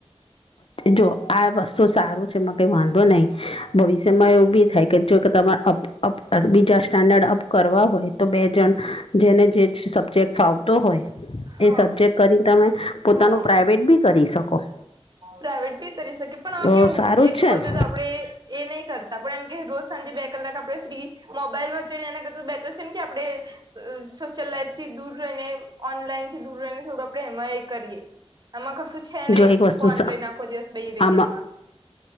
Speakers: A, on the left; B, on the right.
A: જો આ વસ્તુ સારું છે, માં કઈ વાંધો નહી. ભવિષ્યમાં
B: હમ
A: એ ભી થાય. કે, જો તમારે બીજા સ્ટાન્ડર્ડ અપ કરવા હોય તો, બે જણ જેને જે. સબ્જેક્ટ ફાવતો હોય,
B: હા
A: એ સબ્જેક્ટ કરી તમે પોતાનું
B: હા
A: પ્રાાઈવેટ બી કરી શકો.
B: પ્રાઇવેટ બી કરી શકે, પણ હવે
A: તો
B: કેવું
A: સારું
B: એટલું
A: જ છે
B: બધું
A: ને
B: આપ. આપણે એ નહી કરતા, પણ એમ કે રોજ સાંજે બે કલાક, આપણે ફ્રી મોબાઈલ વચડી એના કરે. છે ને કે, આપણે સોશિયલ લાઈફ થી દૂર રહીને, ઓનલાઈન થી દૂર રહીને, થોડું આપણે એમાં એ કરીયે. આમાં કશું છે નહી,
A: જો એક વસ્તુ
B: ફોન લઈને આખો દિવસ બેહી રહી
A: આમાં
B: એમાં.